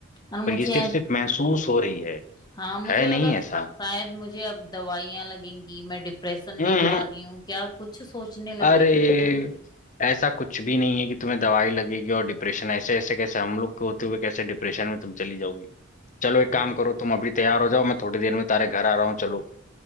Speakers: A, on the left; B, on the left.
A: और मुझे
B: पर ये सिर्फ
A: ऐस-
B: सिर्फ महसूस हो रही है
A: हाँ मुझे
B: है
A: लगा
B: नहीं
A: शायद
B: ऐसा
A: मुझे अब दवाइयां लगेंगी मैं डिप्रेशन
B: हम्म
A: में जा रही हूँ क्या कुछ सोचने लगी
B: अरे
A: थी यार मैं
B: ऐसा कुछ भी नहीं है कि तुम्हें दवाई लगेगी और डिप्रेशन ऐसे ऐसे कैसे हम लोग के होते हुए कैसे डिप्रेशन में तुम चली जाओगी चलो एक
A: हम्म।
B: काम करो तुम अभी तैयार हो जाओ मैं थोड़ी देर में तुम्हारे घर आ रहा हूँ चलो